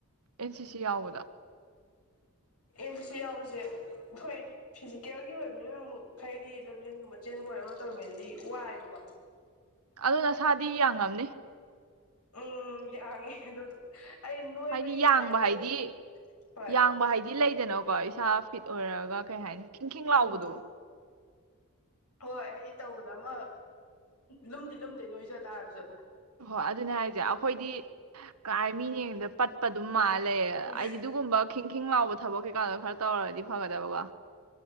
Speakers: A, on the right (about 85°); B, on the left (about 85°).
A: ꯑꯦꯟ ꯁꯤ ꯁꯤ ꯌꯥꯎꯕꯗ
B: ꯑꯦꯟ ꯁꯤ ꯁꯤ ꯌꯥꯎꯕꯁꯦ ꯍꯣꯏ ꯐꯤꯖꯤꯀꯦꯜꯒꯤ ꯑꯣꯏꯕꯅꯤꯅ ꯑꯃꯨꯛ ꯍꯥꯏꯗꯤ ꯂꯝꯖꯦꯟꯒꯨꯝꯕ ꯆꯦꯟꯕ ꯑꯣꯏꯔ ꯑꯃ ꯇꯧꯔꯤꯉꯩꯗꯗꯤ ꯋꯥꯏꯌꯦꯕꯀꯣ
A: ꯑꯗꯨ ꯅꯁꯥꯗꯤ ꯌꯥꯝꯉꯝꯅꯤ
B: ꯎꯝ ꯌꯥꯡꯉꯦ ꯑꯗꯨ ꯑꯩ ꯅꯣꯏꯕꯒꯤꯁꯅꯦ
A: ꯍꯥꯏꯗꯤ ꯌꯥꯡꯕ ꯍꯥꯏꯗꯤ
B: ꯑꯗꯨꯝ ꯍꯣꯏ
A: ꯌꯥꯡꯕ ꯍꯥꯏꯗꯤ ꯂꯩꯗꯅꯥ ꯀꯣ ꯏꯁꯥ ꯐꯤꯠ ꯑꯣꯏꯔꯒ ꯀꯩ ꯍꯥꯏꯅꯤ ꯈꯤꯡꯈꯤꯡ ꯂꯥꯎꯕꯗꯣ
B: ꯎꯝ ꯍꯣꯏ ꯍꯥꯏꯗꯤ ꯇꯧꯕꯗ ꯑꯃ ꯂꯨꯝꯗꯤ ꯂꯨꯝꯗꯦ ꯅꯣꯏꯖ ꯇꯥꯔꯁꯨ
A: ꯍꯣꯏ ꯑꯗꯨꯅꯦ ꯍꯥꯏꯁꯦ ꯑꯩꯈꯣꯏꯗꯤ ꯀꯥꯏ ꯃꯤꯅꯗ ꯌꯦꯡꯕꯗ ꯄꯠꯄ ꯑꯗꯨꯝ ꯃꯥꯜꯂꯦ ꯂꯩ
B: ꯎꯝ
A: ꯑꯩꯗꯤ ꯑꯗꯨꯒꯨꯝꯕ ꯈꯤꯡꯈꯤꯡ ꯂꯥꯎꯕꯗꯣ ꯊꯕꯛ ꯀꯩꯀꯥꯗꯣ ꯈꯔ ꯇꯧꯔꯗꯤ ꯐꯒꯗꯕꯀꯣ